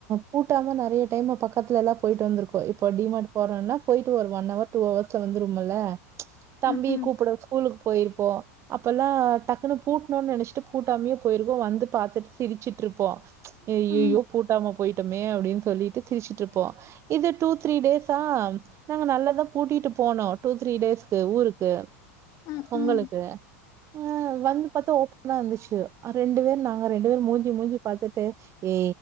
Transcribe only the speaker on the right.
பூட்டாம நெறைய டைம்மு பக்கத்துல எல்லா போயிட்டு வந்திருக்கோ இப்ப டிமார் போறதுனா போயிட்டு ஒரு ஒன் ஹவர் டூ ஹவர்ஸ்ல வந்துருவிங்கள தம்பி
கூப்பட ஸ்கூலுக்கு போயிருப்போம் அப்பல்லா டக்குனு பூட்ணு நெனச் சு பூட்டாமலே போயிருவோம் வந்து பாத்துட்டு சிரிச்சிட்ருப்போ ஐய்யய்யோ
பூட்டாம போயிட்டோமே அப்டின் சொல்லிட்டு சிரிச்சிட்ருப்போ இது டூ த்ரீ டேஸ்சா நாங்க நல்லாதா பூட்டிட்டு போனோ டூ த்ரீ டேஸ்க்கு ஊருக்கு
பொங்கலுக்கு
ஆ வந்து பாத்தா ஓப்பனா இருந்துச்சு ரெண்டு பேரும் நாங்க ரெண்டு பேரும் மூஞ்சி மூஞ்சி பாத்துட்டு ஏ